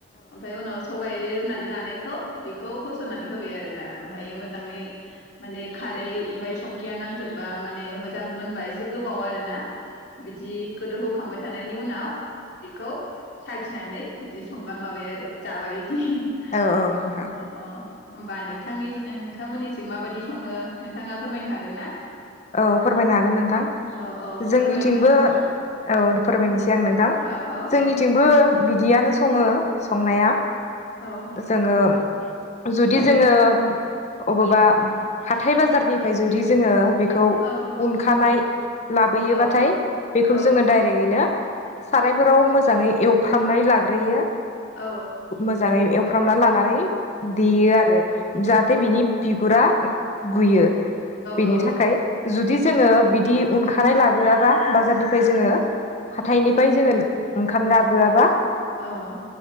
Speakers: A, on the left; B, on the left.
A: ओमफाय उनाव सब बाय रुनानै लानायखौ बेखौ होसननानै होबाय आरो ना। ओमफायो मोजाङै माने खारै ओमफाय संख्रिया नांजोबबा माने मोजां मोनबा एसे गोबाव आरो ना। बिदि गोदौ होखांबाय थानायनि उनाव बेखौ साखिनानै बिदि संबा माबाया आरो जाबाय <unintelligible>
B: औ औ नोंथां
A: अ अ होमबा नों थांनि ओ नोंथां मोननिथिं माबायदि सङो नोंथाङा फोरमायनो हागोन ना?
B: औ फोरमायनो हागोन नोंथां
A: औ औ
B: जोंनिथिंबो
A: फोरमायदोदां नोंथाङा
B: औ फोरमायनिसै आं नोंथां
A: औ औ
B: जोंनिथिंबो बिदियानो सङो संनाया
A: औ
B: जोङो जुदि जोङो अबेबा हाथाय बाजार निफ्राय जुदि जोङो बे खौ
A: औ
B: उनखानाय लाबोयो
A: औ
B: बाथाय बेखौ
A: औ
B: जोङो दाइरेगैनो साराय फोराव मोजाङै एवफ्रामनाय लाग्रोयो।
A: औ
B: मोजाङै एव फ्रामना लानानै देयो आरो। जाहाथे
A: औ
B: बिनि बिगुरा गुयो बेनि
A: औ
B: थाखाय जुदि जोङो बिदि उनखानाय लाबो आबा बाजार निफ्राय जोङो हाथाइ निफ्राय जोङो ओंखाम लाबोआबा ।
A: औ औ